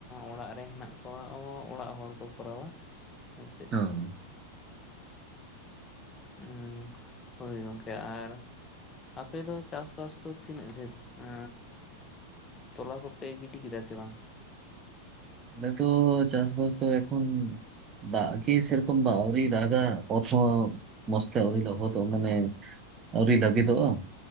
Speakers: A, on the left; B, on the right.
A: ᱚᱲᱟᱜ ᱨᱮ ᱦᱮᱱᱟᱜ ᱠᱚᱣᱟ᱾ ᱚᱲᱟᱜ ᱦᱚᱲ ᱠᱚ ᱠᱚᱨᱟᱣᱟ ᱦᱮᱸ ᱥᱮ
B: ᱦᱚᱸ
A: ᱦᱮᱸ ᱦᱳᱭ ᱜᱚᱢᱠᱮ ᱟᱨ ᱟᱯᱮ ᱫᱚ ᱪᱟᱥ-ᱵᱟᱥ ᱫᱚ ᱛᱤᱱᱟᱹᱜ ᱰᱷᱮᱨ <unintelligible> ᱮ? ᱛᱚᱞᱟ ᱠᱚᱯᱮ ᱜᱤᱰᱤ ᱠᱮᱫᱟ ᱥᱮ ᱵᱟᱝ?
B: ᱟᱞᱮ ᱫᱚ ᱪᱟᱥ-ᱵᱟᱥ ᱫᱚ ᱮᱠᱷᱚᱱ ᱫᱟᱜ ᱜᱮ ᱥᱮᱨᱚᱠᱚᱢ ᱟᱹᱣᱨᱤ ᱫᱟᱜᱟ ᱚᱛ ᱦᱚ ᱢᱚᱡᱽᱛᱮ ᱟᱹᱣᱨᱤ ᱞᱚᱦᱚᱫᱚᱜ ᱢᱟᱱᱮ ᱟᱹᱣᱨᱤ ᱞᱟᱹᱵᱤᱫᱚᱜᱼᱟ?